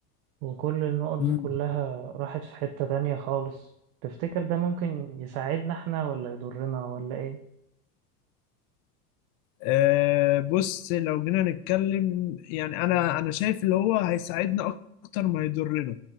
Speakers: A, on the right (about 55°); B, on the left (about 65°).
A: وكل النقط دي
B: ايه؟
A: كلها راحت في حتة تانية خالص تفتكر ده ممكن يساعدنا احنا ولا يضرنا ولا ايه؟
B: آه، بص لو جينا نتكلم يعني انا انا شايف اللي هو هيساعدنا اكتر ما يضرنا